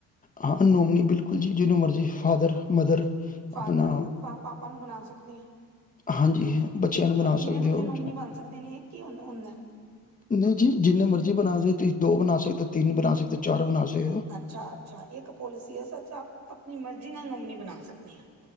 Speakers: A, on the left; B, on the right.
A: ਹਾਂ ਨੋਮਨੀ ਬਿਲਕੁਲ ਜੀ ਜਿਹਨੂੰ ਮਰਜ਼ੀ ਫਾਦਰ, ਮਦਰ
B: ਫਾਦਰ,
A: ਆਪਣਾ
B: ਪਾਪਾ ਨੂੰ ਬਣਾ ਸਕਦੇ ਹਾਂ।
A: ਹਾਂਜੀ ਬੱਚਿਆਂ ਨੂੰ ਬਣਾ
B: ਹੋਰ ਕਿੰਨੇ
A: ਸਕਦੇ
B: ਬੰਦੇ
A: ਹੋ
B: ਨੋਮਨੀ ਬਣ ਸਕਦੇ ਨੇ, ਇਕ ਹੀ ਹੁੰਦਾ।
A: ਨਹੀਂ ਜੀ ਜਿੰਨੇ ਮਰਜ਼ੀ ਬਣਾ ਸਕਦੇ ਹੋ। ਤੁਸੀਂ ਦੋ ਬਣਾ ਸਕਦੇ, ਤਿੰਨ ਬਣਾ ਸਕਦੇ, ਚਾਰ ਬਣਾ ਸਕਦੇ ਹੋ।
B: ਅੱਛਾ ਅੱਛਾ ਇੱਕ ਪੋਲਿਸੀ ਹੈ ਸਰ ਆਪ ਪਣੀ ਮਰਜ਼ੀ ਨਾਲ ਨੋਮਨੀ ਬਣਾ ਸਕਦੇ ਹਾਂ।